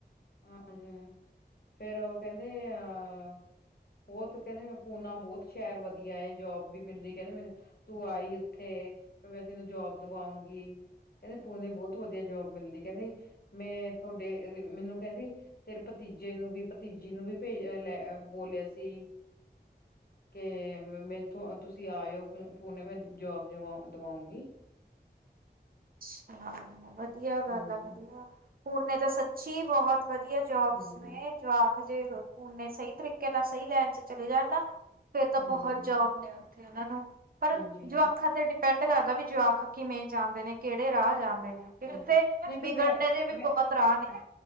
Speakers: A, on the left; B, on the right.
A: ਹਾਂਜੀ ਫੇਰ ਓ ਕੇਂਦੇ ਆਹ ਬੋਤ ਕੇਂਦੇ ਮ ਪੂਨਾ ਬੋਤ ਸ਼ੈਰ ਵਧੀਆ ਏ। ਜੋਬ ਵੀ ਮਿਲਦੀ ਕੇਂਦੇ ਮੈ ਤੇ ਤੂੰ ਆਈ ਉੱਥੇ। ਫੇਰ ਮੈਂ ਤੈਨੂੰ ਜੋਬ ਦਵਾਉਂਗੀ। ਕੇਂਦੇ ਪੂਨੇ ਬੋਤ ਵਧੀਆ ਜੋਬ ਮਿਲਦੀ। ਕੇਂਦੀ ਮੈਂ ਥੋਡੇ ਮੈਨੂੰ ਕਹਿੰਦੀ ਤੇਰੇ ਭਤ ਭਤੀਜੇ ਨੂੰ ਵੀ, ਭਤੀਜੀ ਨੂੰ ਵੀ ਭੇ ਲੈ ਬੋਲਿਆ ਸੀ।
B: <inaudible>
A: ਕੇ ਮੇਥੋਂ ਤੁਸੀਂ ਆਇਓ ਪੂ ਪੂਣੇੇ ਮੈਂ ਜੋਬ ਜਵਾ ਦਵਾਉਂਗੀ।
B: <inaudible> ਅੱਛਾ ਵਧੀਆ ਗੱਲ
A: ਹਾਂਜੀ
B: ਆ ਵਧੀਆ। ਪੂਣੇ ਤੇ ਸੱਚੀ ਬਹੁਤ ਵਧੀਆ ਜੋਬਸ
A: ਹਾਂਜੀ
B: ਨੇ ਜਵਾਕ ਜੇ ਪੂਨੇ ਸਈ ਤਰੀਕੇ ਨਾਲ ਸਈ ਲੈਣ ਚ ਚਲੇ ਜਾਣ ਣਾ। ਫੇਰ ਤਾਂ
A: ਹਾਂਜੀ
B: ਬਹੁਤ ਜੋਬ ਨੇ ਓਥੇ ਉਨਾਂ ਨੂੰ ਪਰ
A: ਹਾਂਜੀ
B: ਜੋਆਖਾਂ ਤੇ ਡੀ ਪੈਂਡ ਕਰਦਾ ਵੀ ਜਵਾਕ ਕਿਵੇਂ ਜਾਂਦੇ ਨੇ ਕੇੜੇ ਰਾਹ ਜਾਂਦੇ ਨੇ। ਤੇ
A: ਹਾਂਜੀ
B: ਓਥੇ
A: ਨਹੀਂ ਫਿਰ
B: ਵਿਗੜਨੇ
A: ਮੈਂ
B: ਦੇ ਵੀ
A: ਮੈਂ
B: ਬਹੁਤ ਰਾਅ ਨੇ।